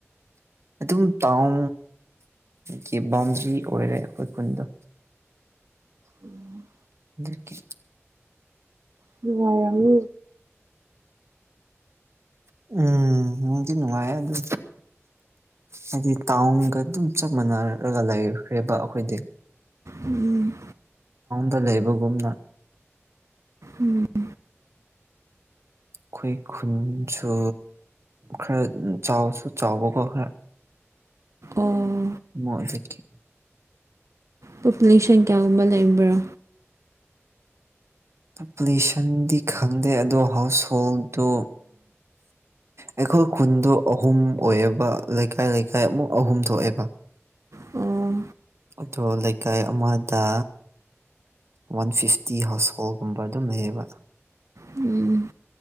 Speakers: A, on the right (about 65°); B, on the right (about 80°).
A: ꯑꯗꯨ ꯇꯥꯎ ꯀ ꯕꯥꯎꯟꯗ꯭ꯔꯤ ꯑꯣꯏꯔꯦ ꯑꯩꯈꯣꯏ ꯈꯨꯗ
B: ꯎꯝ
A: ꯗꯀꯤ
B: ꯅꯨꯡꯉ ꯃꯤ
A: ꯎꯝ ꯃꯗꯤ ꯅꯨꯡꯉꯥꯏ ꯑꯗꯨ ꯍꯥꯏꯗꯤ ꯇꯥꯎꯟꯒ ꯑꯗꯨꯝ ꯆꯞ ꯃꯥꯟꯅꯔꯒ ꯂꯩꯈ꯭ꯔꯦꯕ ꯑꯩꯈꯣꯏꯗꯤ
B: ꯎꯝ
A: ꯇ ꯂꯩꯕꯒꯨꯝꯅ
B: ꯎꯝ
A: ꯑꯩꯈꯣꯏ ꯈꯨꯟꯁꯨ ꯈꯔ ꯆꯁꯨ ꯆꯥꯎꯕꯣ ꯀꯣ ꯈꯦ
B: ꯑꯣ
A: ꯃꯣꯂꯈꯤ
B: ꯄꯣꯄꯨꯂꯦꯁꯟ ꯀꯌꯥꯒꯨꯝꯕ ꯂꯩꯕ꯭ꯔꯥ
A: ꯄꯣꯄꯨꯂꯦꯁꯟꯗꯤ ꯈꯪꯗꯦ ꯑꯗꯣ ꯍꯥꯎꯁ ꯍꯣꯜꯗꯣ ꯑꯩꯈꯣꯏ ꯈꯨꯟꯗꯣ ꯑꯍꯨꯝ ꯑꯣꯏꯌꯦꯕ ꯂꯩꯀꯥꯏ ꯂꯩꯀꯥꯏ ꯑꯃꯨꯛ ꯑꯍꯨꯝ ꯊꯣꯛꯑꯦꯕ
B: ꯑꯣ
A: ꯑꯣ ꯂꯩꯀꯥꯏ ꯑꯃꯗ ꯋꯥꯟ ꯐꯤꯐꯇꯤ ꯍꯥꯎꯁ ꯍꯣꯜꯒꯨꯝꯕ ꯑꯗꯨꯝ ꯂꯩꯌꯦꯕ
B: ꯎꯝ